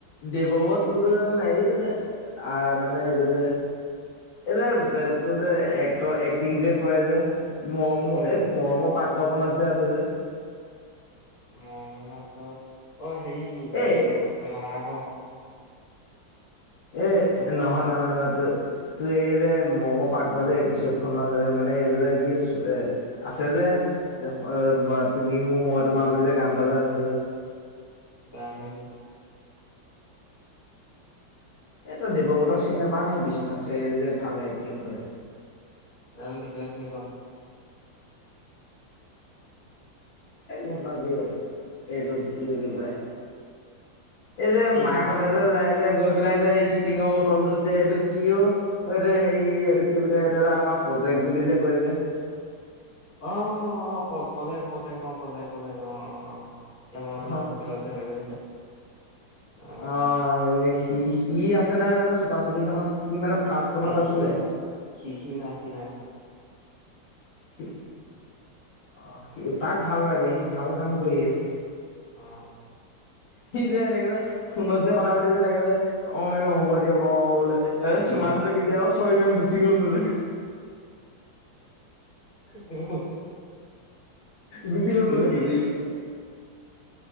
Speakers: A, on the left; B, on the left.
A: দেৱৱত কোনটো জানে নাই এইটো যে আহ মানে এইটো যে এই যে তোৰ যে এক এক্টিং যে কৰে যে মৰম
B: কোনটো
A: এই মৰমৰ পাকঘৰখনত যে আছে যে
B: মইপাকঘৰ অ হেৰি এইটো
A: এ
B: ভাড়াঘৰ
A: এ
B: যে
A: নহয়
B: আছে যে
A: নহয় নহয় নহয় ত তোৰ এই যে ম পাকঘৰ যে এপিচদ খনৰ মানে এইদৰে কি এ আছে যে তুমি মোৰ মই তোমাৰ বুলি যে গান এটা যে আছে যে
B: বানে দ <unintelligible>
A: এইটো দেৱবতক চিন নাপা নি বিশ্বনাথ চাৰিআলি যে ভালে এক্টিং কৰে
B: এম দেখিলে চিনি পাম
A: এই গম পাবিও এইটোত কি বুলি কয় এই যে
B: এনে
A: মাকতে
B: মানুহ
A: যে যায় যে গৈ পেলাই যে ষ্টিঙৰ বটলটোত যে এইটো কিয় এইটো হেৰি এইটো কিয় এইটো এটা আমাৰ বেগ বুলি যে কয় যে
B: অ অ পজ পজ অ পজেক পজ অ অ অ <unintelligible> এতিয়া
A: অ
B: পইচা হোটেলত দেখাই আহিলে আহ
A: অ এই সি সি আছে নাই জানো চুপা চুপিখনত সি মানে ফাৰ্ষ্ট খনতআছিলে
B: এ সি নাই সি সি নাই সি নাই
A: হু অ সি তাক ভাল লাগে সি ভাল কাম কৰি আছে
B: অ
A: সি যে এনেকে যে ফোনত যে কথা পাতি যে তাকে যে অ মেম হ'ব দিয়ক অ বোলে এ চুমাৰতে
B: অ
A: গৈতিয়া অ চই মেম গুচি গ'ল বোলে
B: হুম হুম
A: গুচি গ'ল
B: অ
A: বোলে
B: বুজি লো